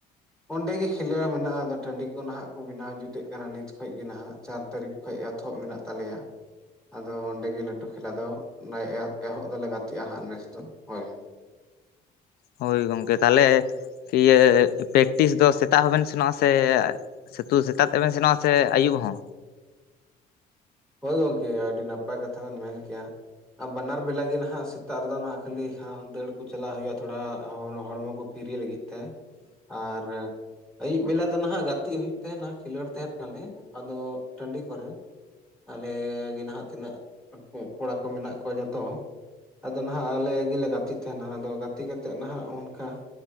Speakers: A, in the centre; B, on the left.
A: ᱚᱸᱰᱮ ᱜᱮ ᱠᱷᱮᱞᱳ ᱢᱮᱱᱟᱜᱼᱟ ᱟᱫᱚ ᱴᱟᱺᱰᱤ ᱠᱚ ᱱᱟᱦᱟᱸᱜ ᱠᱚ ᱵᱮᱱᱟᱣ ᱡᱩᱛᱮᱜ ᱠᱟᱱᱟ ᱱᱤᱛ ᱠᱷᱚᱡ ᱜᱮ ᱱᱟᱦᱟᱸᱜ ᱪᱟᱨ ᱛᱟᱹᱨᱤᱠᱷ ᱠᱷᱚᱡ ᱮᱛᱚᱦᱚᱵ ᱢᱮᱱᱟᱜ ᱛᱟᱞᱮᱭᱟ᱾ ᱟᱫᱚ ᱚᱸᱰᱮ ᱜᱮ ᱞᱟᱹᱴᱩ ᱠᱷᱮᱞᱟ ᱫᱚ ᱮᱦᱚᱵ ᱫᱚᱞᱮ ᱜᱟᱛᱮᱜᱼᱟ ᱦᱟᱸᱜ ᱱᱮᱥ ᱫᱚ ᱦᱳᱭ
B: ᱦᱳᱭ ᱜᱚᱢᱠᱮ ᱛᱟᱦᱚᱞᱮ ᱤᱭᱟᱹ ᱯᱮᱠᱴᱤᱥ ᱫᱚ ᱥᱮᱛᱟᱜ ᱦᱚᱸᱵᱮᱱ ᱥᱮᱱᱚᱜᱼᱟ ᱥᱮ ᱥᱤᱛᱳ ᱥᱮᱛᱟᱜ ᱛᱮᱵᱮᱱ ᱥᱮᱱᱚᱜᱼᱟ ᱥᱮ ᱟᱹᱭᱩᱵ ᱦᱚᱸ?
A: ᱦᱳᱭ ᱜᱚᱝᱠᱮ ᱟᱹᱰᱤ ᱱᱟᱯᱟᱭ ᱠᱟᱛᱷᱟ ᱵᱮᱱ ᱢᱮᱱ ᱠᱮᱼᱟ᱾ ᱟᱨ ᱵᱟᱱᱟᱨ ᱵᱮᱞᱟ ᱜᱮ ᱱᱟᱦᱟᱜ ᱥᱮᱛᱟᱜ ᱨᱮᱫᱚ ᱱᱟᱦᱟᱜ ᱠᱷᱟᱹᱞᱤ ᱫᱟᱹᱲ ᱠᱚ ᱪᱟᱞᱟᱜ ᱦᱩᱭᱩᱜᱼᱟ ᱛᱷᱚᱲᱟ ᱦᱚᱲᱢᱚ ᱠᱚ ᱯᱷᱤᱨᱤ ᱞᱟᱹᱜᱤᱫ ᱛᱮ, ᱟᱨ ᱟᱭᱩᱵ ᱵᱮᱞᱟ ᱫᱚ ᱱᱟᱦᱟᱜ ᱜᱟᱛᱮᱜ ᱦᱩᱭᱩᱜ ᱛᱟᱦᱮᱱᱟ ᱠᱷᱮᱞᱳᱰ ᱛᱟᱦᱮ ᱱᱟᱞᱮ ᱟᱫᱚ ᱴᱟᱺᱰᱤ ᱠᱚᱨᱮ ᱟᱞᱮᱻ ᱜᱮ ᱱᱟᱦᱟᱜ ᱛᱤᱱᱟᱹᱜ ᱠᱚᱲᱟ ᱠᱚ ᱢᱮᱱᱟᱜ ᱠᱚᱣᱟ ᱡᱚᱛᱚ ᱟᱫᱚ ᱱᱟᱦᱟᱜ ᱟᱞᱮ ᱜᱮᱞᱮ ᱜᱟᱛᱮᱜ ᱛᱟᱦᱮᱱᱟ ᱟᱫᱚ ᱜᱟᱛᱮ ᱠᱟᱛᱮᱫ ᱱᱟᱦᱟᱜ ᱚᱱᱠᱟ